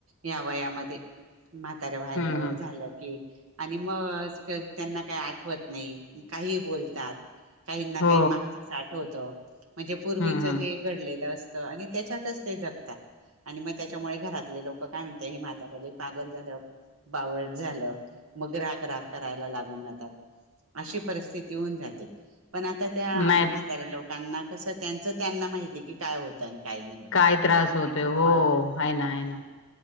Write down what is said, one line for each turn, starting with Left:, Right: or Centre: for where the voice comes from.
Right: या वयामध्ये म्हाताऱ्या व्हायला
Left: हं, हं.
Right: झालं कि आणि मग त्यांना काही आठवत नाही काही बोलतात काही ना
Left: हो.
Right: काही मागतात साठ होत म्हणजे पूर्वीच
Left: हं, हं.
Right: जे घडलेलं असतं आणि त्याच्यातच ते जगतात आणि मग त्याच्यामुळे घरातले लोक काय म्हणतात हे म्हाताकडे पागल झालं बावट झालं मग राग राग करायला लागून जातात अशी परिस्थिती होऊन जाते पण आता त्या
Left: नाही
Right: म्हाताऱ्या लोकांना कसं त्यांचं त्यांना माहिती आहे की काय होतं आणि काही नाही होत
Left: काय त्रास होतोय. हो, आहे ना, आहे ना.